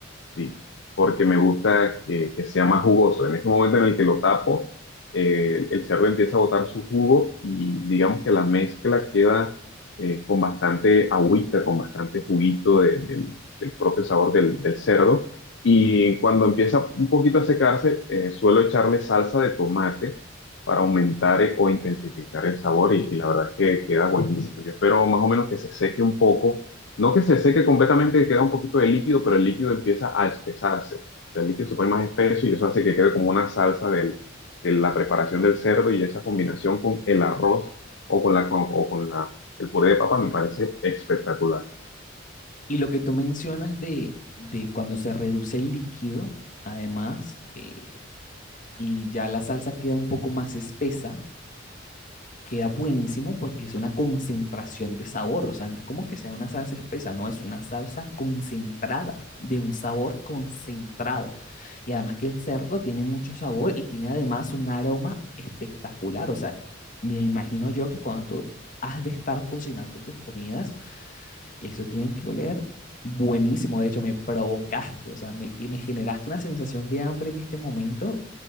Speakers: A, on the left; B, on the left.
A: Sí, porque me gusta que, que sea más jugoso. En ese momento en el que lo tapo, eh, el cerdo empieza a botar su jugo y digamos que la mezcla queda eh, con bastante agüita, con bastante juguito de- del, del propio sabor del, del cerdo. Y cuando empieza un poquito a secarse, eh, suelo echarle salsa de tomate para aumentar eh, o intensificar el sabor y, y la verdad que queda buenísimo. Yo espero más o menos que se seque un poco no que se seque completamente, queda un poquito de líquido, pero el líquido empieza a espesarse. O sea, El líquido se pone más espeso y eso hace que quede como una salsa del- de la preparación del cerdo y esa combinación con el arroz o con la, con- o con la, el puré de papa me parece espectacular.
B: Y lo que tú mencionas de, de cuando se reduce el líquido, además, eh, y ya la salsa queda un poco más espesa, queda buenísimo porque es una concentración de sabor, o sea, no es como que sea una salsa espesa, no, es una salsa concentrada, de un sabor concentrado. Y además que el cerdo tiene mucho sabor y tiene además un aroma espectacular, o sea, me imagino yo que cuando tú has de estar cocinando tus comidas, eso tiene que oler buenísimo, de hecho me provocaste, o sea, me, y me generaste una sensación de hambre en este momento